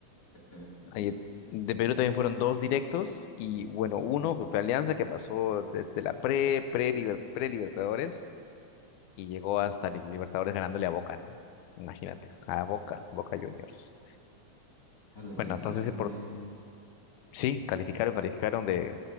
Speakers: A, on the left; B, on the left.
A: exactamente, sí.
B: Ahí- de Perú también fueron dos directos y bueno, uno que fue Alianza que pasó desde la pre, pre, liber- pre-Libertadores y llegó hasta li- Libertadores ganándole a Boca, ¿no? Imagínate, a Boca, Boca Juniors.
A: Ah, lo descalificaron
B: Bueno, entonces sí, por,
A: de
B: sí, calificaron, calificaron de,